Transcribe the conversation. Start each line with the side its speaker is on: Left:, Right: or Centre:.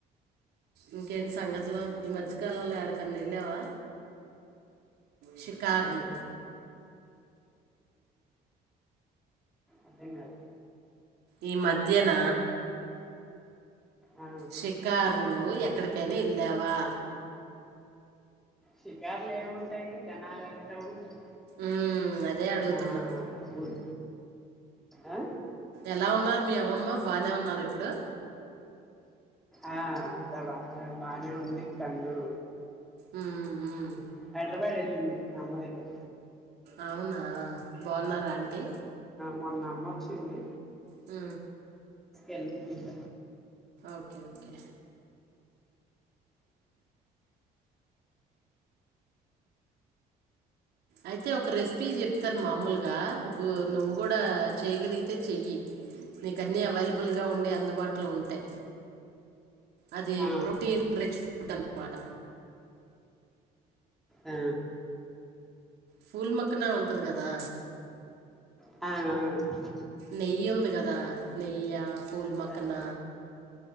Right: ఇంకేంటి సంగతులు ఈ మధ్య కాలంలో ఎడకన్నా నిళ్ళావా షికార్లు
Centre: ఏంటది అంతేంగా
Right: ఈ మధ్యన
Centre: ఆ,
Right: షికారులు ఎ ఎక్కడికైనా ఇళ్ళావా
Centre: షికారులు ఏమింటాయి తెనాలు అతే ఉంటాయి
Right: ఉమ్, అదే అడుగుతున్నా
Centre: ఆ ఊరి ఆ
Right: ఎలా ఉన్నారు మీ అమ్మమ్మ బానే ఉన్నారు ఇప్పుడు
Centre: ఆ అంతా బా బాగానే ఉంది కళు
Right: ఉమ్, ఉమ్.
Centre: హైదరాబాద్ వెళ్ళింది అమ్మ దగ్గర
Right: అవునా బాగున్నార అంటీ
Centre: మొన్న అమ్మ వచ్చింది
Right: ఆ
Centre: ఎలా ఇంట
Right: ఓకే ఓకే అయితే ఒక రెసిపీ చెప్తాను మామూలుగా నువ్వు కూడా చేయగలిగితే చెయ్యి నీక అన్నీ అవైలబుల్గా ఉండి అందుబాటులో ఉంటే అది
Centre: ఆ,
Right: ప్రోటీన్ రిచ్ డ్న్నమాట
Centre: ఆ
Right: పూల్ మక్కనే ఉంటది గదా
Centre: ఆఅ
Right: నెయ్యి ఉంది కదా నెయ్యి పూలమక్కన
Centre: ఆ, ఆ,